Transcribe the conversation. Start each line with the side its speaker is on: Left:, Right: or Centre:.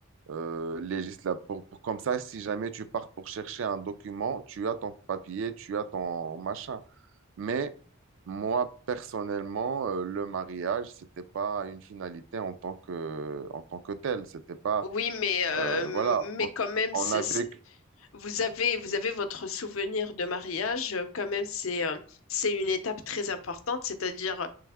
Right: euh, législatif. Pour, pour- comme ça, si jamais tu pars pour chercher un document, tu as ton papier, tu as ton machin. Mais moi, personnellement, euh, le mariage, c'était pas une finalité en tant que, en tant que telle. C'était pas,
Left: Oui, mais, euh,
Right: euh, voilà.
Left: mais
Right: Donc,
Left: quand même,
Right: on
Left: c'est-
Right: a vécu
Left: c'est- Vous avez, vous avez votre souvenir de mariage, euh, quand même, c'est euh, c'est une étape très importante, c'est-à-dire,